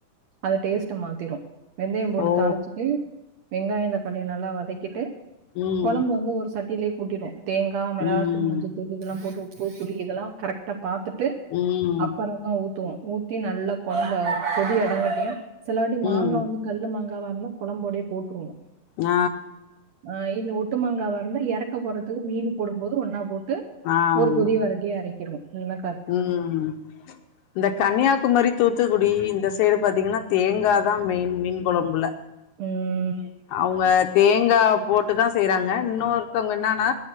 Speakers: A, on the right; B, on the left.
A: அது டேஸ்ட மாத்திரு வெந்தய போட்டு
B: ஓ
A: தாளிச்சிட்டு வெங்காய தக்காளிய நல்லா வத தகிட்டு
B: ம்
A: கொழம்ப வந்து ஒரு சட்டியிலயே கூட்டிருவோ தேங்கா மெளகாத்தூள்
B: ம்
A: மஞ்சத்தூள் இதெல்லா போட்டு உப் உப்பு புளி இதெல்லா கரெக்டா பாத்துட்டு
B: ம்
A: அப்புற தா ஊத்துவோ ஊத்தி நல்லா கொழம்ப கொதி அடங்கட்டு சிலவாட்டி மாங்கா
B: ம்
A: வந்து கல்லு மங்காவா இருந்தா கொழம்போடயே போட்டுருவோ
B: ஆ
A: ஆ இல்ல ஒட்டுமங்காவாருந்தா யறக்க போறதுக்கு மீனு போடும்போது ஒன்னா போட்டு
B: ஆமா
A: ஒரு கொதி வரட்டிய எரக்கிருவோ இல்லனா
B: ம் இந்த கன்னியாகுமரி தூத்துக்குடி இந்த சைடு பாத்தீங்கன்னா தேங்கா தா மெயின் மீன் கொழம்புல
A: ம்
B: அவங்க தேங்கா போட்டு தா செய்றாங்க இன்னொருத்தவங்க என்னன்னா